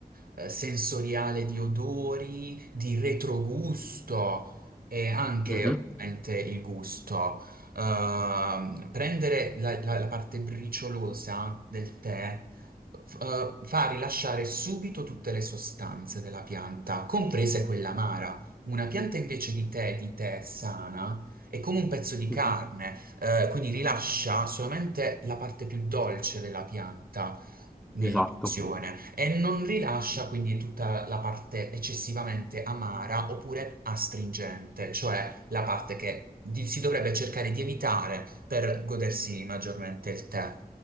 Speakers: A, on the right; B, in the centre.
A: eh, sensoriale di odori, di retrogusto e anche
B: mhm,
A: ovviamente il gusto. Ehm, prendere la, la- la parte briciolosa del tè f- eh, fa rilasciare subito tutte le sostanze della pianta, comprese quella amara. Una pianta invece di tè, di tè sana, è come un pezzo di carne,
B: mhm.
A: eh, quindi rilascia solamente la parte più dolce della pianta nell'iniezione
B: Esatto.
A: e non rilascia quindi tutta la parte eccessivamente amara oppure astringente, cioè la parte che di- si dovrebbe cercare di evitare per godersi maggiormente il tè.